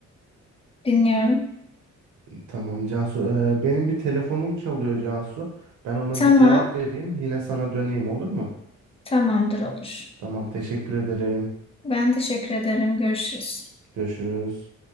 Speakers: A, on the left; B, on the right.
A: dinliyorum.
B: tamam Cansu. E, benim bir telefonum çalıyor Cansu. Ben ona
A: Tamam.
B: bir cevap vereyim. Yine sana döneyim olur mu?
A: Tamamdır olur.
B: Tamam teşekkür ederim.
A: Ben teşekkür ederim. Görüşürüz.
B: Görüşürüz.